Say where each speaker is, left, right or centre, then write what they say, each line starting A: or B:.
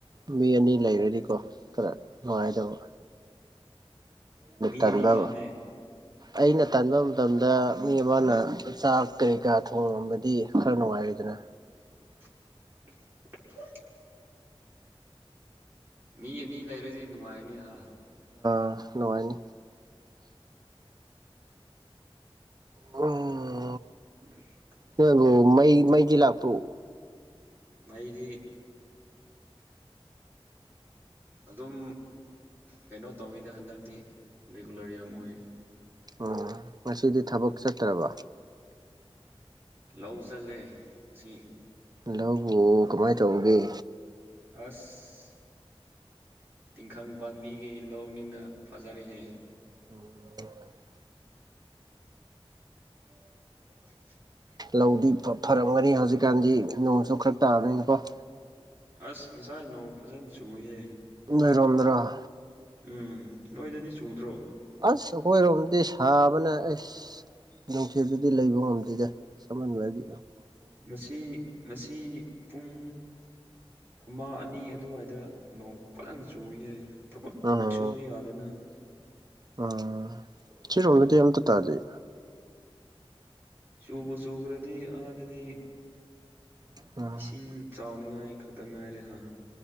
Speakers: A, on the right; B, on the right.
A: ꯃꯤ ꯑꯅꯤ ꯂꯩꯔꯗꯤꯀꯣ ꯈꯔ ꯅꯨꯡꯉꯥꯏꯗꫭꯕ
B: ꯃꯤ
A: ꯇꯟꯕ
B: ꯑꯅꯤ ꯄꯥꯝꯃꯦ
A: ꯑꯩꯅ ꯇꯟꯕ ꯃꯇꯝꯗ ꯃꯤ ꯑꯃꯅ ꯆꯥꯛ ꯀꯔꯤ ꯀꯥ ꯊꯣꯡꯉꯝꯃꯗꯤ ꯈꯔ ꯅꯨꯡꯉꯥꯏꯔ‌ꯦꯗꯅ
B: <unintelligible> ꯃꯤ ꯑꯅꯤ ꯂꯩꯔꯗꯤ ꯅꯨꯡꯉꯥꯏꯅꯤ ꯍꯥ
A: ꯑꯁ ꯅꯨꯡꯉꯥꯏꯅꯤ ꯎꯝ
B: <unintelligible>
A: ꯅꯣꯏꯕꯨ ꯃꯩ ꯃꯩꯗꯤ ꯂꯥꯛꯄ꯭ꯔꫭ
B: ꯃꯩꯗꯤ ꯑꯗꯨꯝ ꯀꯩꯅꯣ ꯇꯧꯋꯤꯗ ꯍꯟꯗꯛꯇꯤ ꯔꯤꯒꯨꯂꯔ ꯌꯥꯝ ꯑꯣꯏꯔꯤ
A: ꯑꯣ ꯉꯁꯤꯗꯤ ꯊꯕꯛ ꯆꯠꯇ꯭ꯔꯕ
B: ꯂꯧ ꯆꯜꯂꯦ ꯉꯁꯤ
A: ꯂꯧꯕꯨ ꯀꯃꯥꯏꯟ ꯇꯧꯕꯒꯦ
B: ꯑꯁ ꯇꯤꯡꯈꯪ ꯄꯥꯝꯕꯤꯒꯤ ꯂꯧꯅꯤꯅ ꯐꯖꯔ‌ꯦꯍꯦ
A: ꯎꯝ
B: <unintelligible>
A: ꯂꯧꯗꯤ ꯐ-ꯐꯔꯝꯒꯅꯤ ꯍꯧꯖꯤꯛꯀꯥꯟꯗꯤ ꯅꯣꯡꯁꯨ ꯈꯔ ꯇꯥꯕꯅꯤꯅꯀꯣ
B: ꯑꯁ ꯉꯁꯥꯏ ꯅꯣꯡ ꯐꯖꯟ ꯆꯨꯏꯌꯦ
A: ꯅꯣꯏꯔꫭꯝꯗꯔꫭ
B: ꯎꯝ ꯅꯣꯏꯗꯗꯤ ꯆꯨꯗ꯭ꯔꯣ
A: ꯑꯁ ꯑꯈꯣꯏꯔꯣꯝꯗꯤ ꯁꯥꯕꯅ ꯑꯁ ꯅꯨꯡꯊꯤꯗꯗꯤ ꯂꯩꯕ ꯉꯝꯗꯦꯗ ꯁꯃꯜꯂꯗꯤ
B: ꯉꯁꯤ ꯉꯁꯤ ꯄꯨꯡ ꯑꯃ ꯑꯅꯤ ꯑꯗꯨꯋꯥꯏꯗ ꯅꯣꯡ ꯐꯖꯟ ꯆꯨꯏꯍ‌ꯦ
A: ꯑꯥ
B: ꯇꯨꯕ ꯌꯥꯗꯅ
A: ꯎꯝ ꯁꯤꯔꯣꯝꯗꯗꯤ ꯑꯝꯇ ꯇꯥꯗ‌ꯦ
B: ꯆꯨꯕꯨ ꯆꯨꯈ꯭ꯔꯗꯤ ꯑꯥꯗꯗꯤ
A: ꯎꯝ
B: ꯏꯁꯤꯡ ꯆꯥꯎꯅꯤꯉꯥꯏ ꯈꯛꯇ ꯉꯥꯏꯔꯦ ꯍꯥꯥ